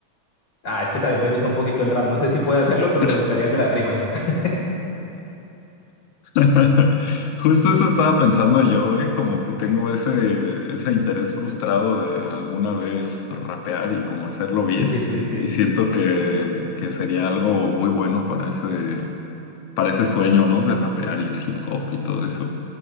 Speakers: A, on the left; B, on the left.
A: Ah, es que también me gusta un poquito el rap. No sé si puedo hacerlo, pero
B: <laughs>
A: me gustaría el de las rimas. <laughs>
B: <laughs> Justo eso estaba pensando yo, ¿eh? Como que tengo ese, ese interés frustrado de alguna vez rapear y como hacerlo bien.
A: Sí, sí, sí.
B: Y siento que, que sería algo muy bueno para ese, para ese sueño, ¿no? De rapear y el hip hop y todo eso.